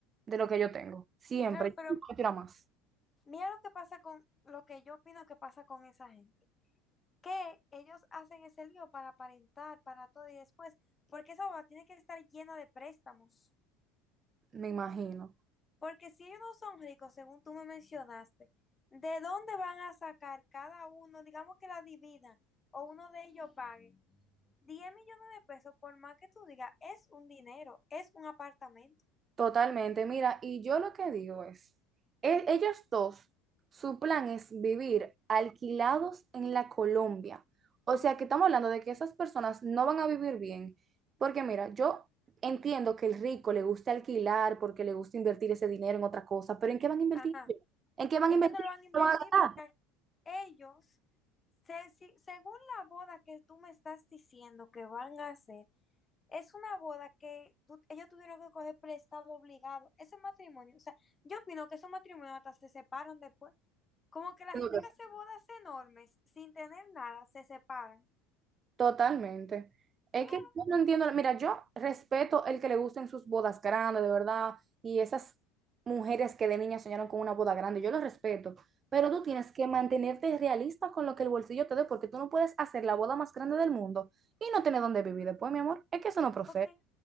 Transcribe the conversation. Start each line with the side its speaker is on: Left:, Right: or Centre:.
Right: de lo que yo tengo. Siempre,
Left: Claro,
Right: yo
Left: pero
Right: nunca me tiro a más,
Left: mira lo que pasa con, lo que yo opino que pasa con esa gente, que ellos hacen ese lío para aparentar, para todo y después, porque esa boda tiene que estar llena de préstamos.
Right: me imagino.
Left: Porque si ellos no son ricos, según tú me mencionaste, ¿de dónde van a sacar cada uno, digamos que la dividan o uno de ellos pague 10 millones de pesos, por más que tú digas, es un dinero, es un apartamento.
Right: Totalmente, mira, y yo lo que digo es, e- ellos dos, su plan es vivir alquilados en la Colombia. O sea que estamos hablando de que esas personas no van a vivir bien, porque mira, yo entiendo que el rico le gusta alquilar porque le gusta invertir ese dinero en otra cosa, pero ¿en qué van a invertir?
Left: Ajá.
Right: ellos? ¿En qué van
Left: Ellos
Right: a invertir?
Left: no lo van a invertir
Right: No van a
Left: porque ellos, se- si- según la boda que tú me estás diciendo que van a hacer, es una boda que tú- ellos tuvieron que coger prestado obligado. Ese matrimonio, o sea, yo opino que esos matrimonios hasta se separan después. Como que la
Right: gastar.
Left: gente que hace bodas enormes sin tener nada se separan.
Right: Totalmente. Es
Left: Claro,
Right: que yo no entiendo, mira, yo respeto el que le gusten sus bodas grandes, de verdad, y esas mujeres que de niña soñaron con una boda grande, yo lo respeto, pero tú tienes que mantenerte realista con lo que el bolsillo te dé, porque tú no puedes hacer la boda más grande del mundo y no tener dónde vivir después, mi amor. Es que eso no procede.
Left: porque